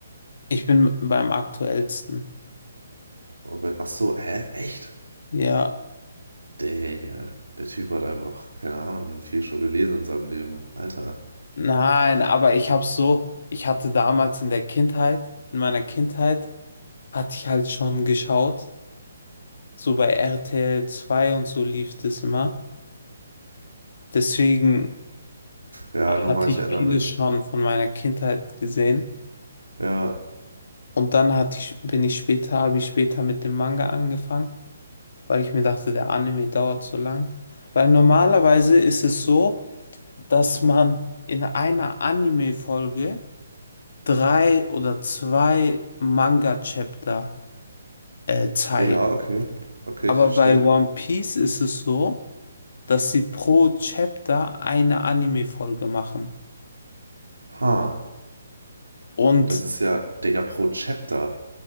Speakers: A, on the left (about 55°); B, on the right (about 75°).
A: Ich bin beim aktuellsten.
B: Oh, bei- Ach so, hä? Echt?
A: Ja.
B: Digga. Der Typ hat einfach, keine Ahnung, wie viel schon gelesen in seinem Leben. Alter.
A: Nein, aber ich habe so, ich hatte damals in der Kindheit, in meiner Kindheit, hatte ich halt schon geschaut. So bei RTL 2 und so lief das immer. Deswegen
B: Ja,
A: hatte
B: nochmal, ich
A: ich
B: erinnere
A: vieles
B: mich.
A: schon von meiner Kindheit gesehen.
B: Ja.
A: Und dann hatte ich, bin ich später, habe ich später mit dem Manga angefangen, weil ich mir dachte, der Anime dauert so lang. Weil normalerweise ist es so, dass man in einer Anime-Folge drei oder zwei Manga-Chapter äh, zeigt.
B: Ja, okay. Okay,
A: Aber
B: ich verstehe.
A: bei One Piece ist es so, dass sie pro Chapter eine Anime-Folge machen.
B: Ha.
A: Und
B: Das ist ja, Digga, pro Chapter.